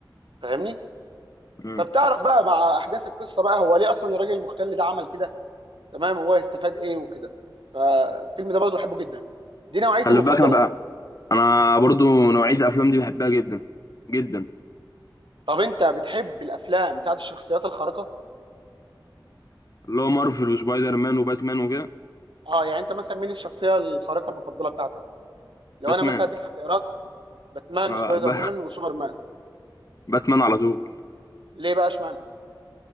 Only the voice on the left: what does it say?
اه
خلي
بالك انا بقى انا برضو نوعيه الافلام دي بحبها جدا جدا
اللي هو مارفل وسبايدر مان وباتمان وكده
باتمان
آه،
ب-
<laughs> باتمان على طول